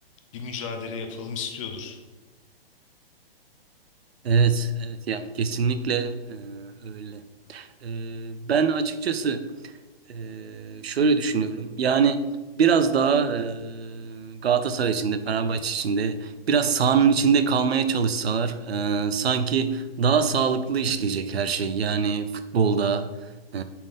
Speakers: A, on the left; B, on the right.
A: bir mücadele yapalım istiyordur.
B: Evet, evet yani kesinlikle e, öyle. E, ben açıkçası e, şöyle düşünüyorum. Yani biraz daha e, Galatasaray içinde, Fenerbahçe içinde biraz sahanın içinde kalmaya çalışsalar e, sanki daha sağlıklı işleyecek her şey. Yani futbolda, e,